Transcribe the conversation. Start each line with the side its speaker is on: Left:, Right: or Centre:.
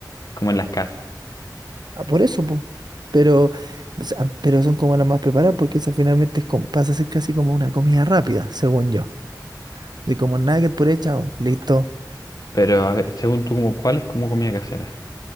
Left: como en las casas.
Right: Ah, por eso, pues. Pero, o sea, pero son como las más preparadas porque esa finalmente es como- pasa a ser casi como una comida rápida, según yo. De como nugget, puré, chao, listo.
Left: Pero a ver, según tú, como cuál es como comida casera?